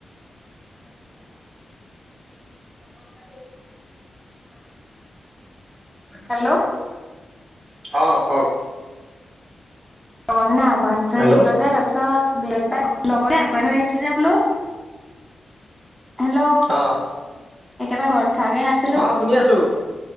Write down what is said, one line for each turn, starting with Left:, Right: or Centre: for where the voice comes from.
Centre: ভালে দিয়া। হ'ব পালি অ অ হেল্লো।
Right: অঁ কক।
Centre: লগৰজনে আগবাঢ়াই থৈ
Right: হেল্ল'
Centre: আহিছিলে যে তাপিছত বেলেতনে লগতনে আগবাই থৈ আহিছিলে বোলো। হেল্লো
Right: অঁহ।
Centre: একেবাৰে ঘৰত থৱাগে নাছি।
Right: অঁ শুনি আছোঁ।